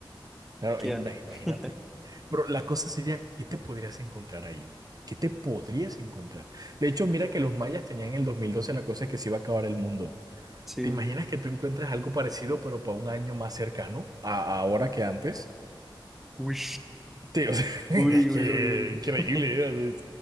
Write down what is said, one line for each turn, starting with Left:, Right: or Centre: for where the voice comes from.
Right: Claro,
Centre: ¿qué
Right: ima-
Centre: haré?
Right: imagínate.
Centre: <laughs>
Right: Pero la cosa sería, ¿qué te podrías encontrar ahí? ¿Qué te podrías encontrar? De hecho, mira que los mayas tenían en el 2012 la cosa de que se iba a acabar el mundo.
Centre: Sí.
Right: ¿Te imaginas que tú encuentres algo parecido, pero para un año más cercano a a ahora que antes?
Centre: Uy,
Right: Sí, o sea, <laughs> es
Centre: uy,
Right: que
Centre: uy, uy.
Right: increíble,
Centre: uy.
Right: ¿eh? O